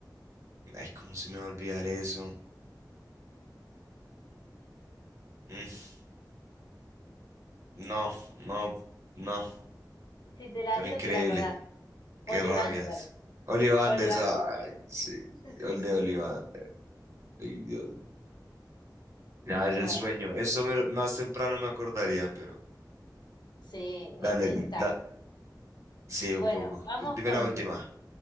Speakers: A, on the right; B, on the left.
A: Ay, ¿cómo se me va a olvidar eso? Mm, no, no, no,
B: Si te la
A: pero
B: digo,
A: increíble.
B: te la acordás.
A: Qué
B: Olivander.
A: rabias. Olivanders,
B: Olivander.
A: ay,
B: <laughs>
A: sí.
B: Sí,
A: El de
B: sí,
A: Ollivander,
B: sí.
A: ay, Dios mío. Ya
B: Mm,
A: es el
B: Bueno,
A: sueño. Eso me lo- más temprano me acordaría, pero...
B: sí,
A: Dale,
B: es, es
A: da-
B: tarde.
A: sí, un
B: Bueno,
A: poco.
B: vamos
A: Dime
B: con
A: la última.